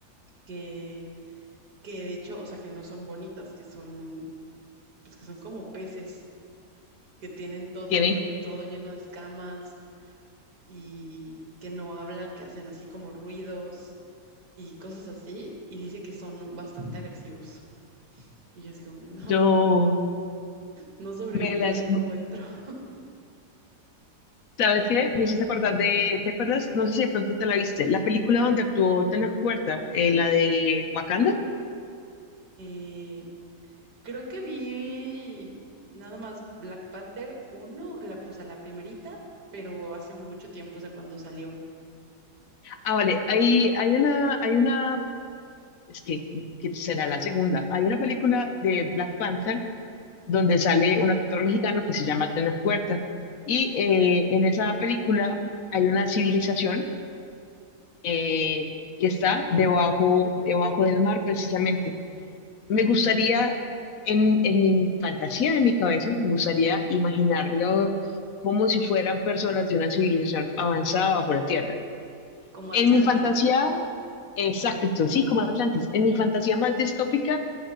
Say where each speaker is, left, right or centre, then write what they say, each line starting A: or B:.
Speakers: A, on the right (about 80°); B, on the left (about 65°).
A: que, que de hecho, o sea, que no son bonitas, que son, pues que son como peces, que tienen todo,
B: Tienen,
A: o sea, todo lleno de escamas y que no hablan, que hacen así como ruidos y cosas así, y dice que son bastante agresivos. Y yo así como, de, <laughs> no,
B: yo
A: no sobreviviría
B: me las
A: a un encuentro. <laughs>
B: ¿Sabes qué? Me hiciste acordar de, ¿te acuerdas? No sé si de pronto te la viste, la película donde actuó Tenoch Huerta, eh, la de Wakanda.
A: Eh, creo que vi nada más Black Panther uno la- o sea, la primerita, pero hace mucho tiempo, o sea, cuando salió,
B: Ah, vale, hay, hay una, hay una, es que, que será la segunda, hay una película de Black Panther donde sale un actor mexicano que se llama Tenoch Huerta. Y eh, en esa película hay una civilización eh, que está debajo, debajo del mar precisamente Me gustaría, en, en mi fantasía, en mi cabeza, me gustaría imaginarlo como si fueran personas de una civilización avanzada bajo la Tierra.
A: como
B: En
A: Atlantis.
B: mi fantasía, exacto, sí, como Atlantis. En mi fantasía más distópica,